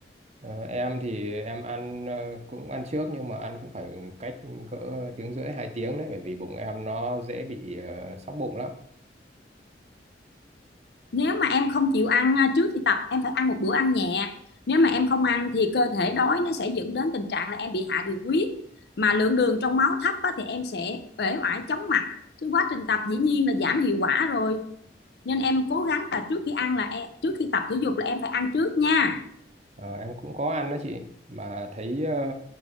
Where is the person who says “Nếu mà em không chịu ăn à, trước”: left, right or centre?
Left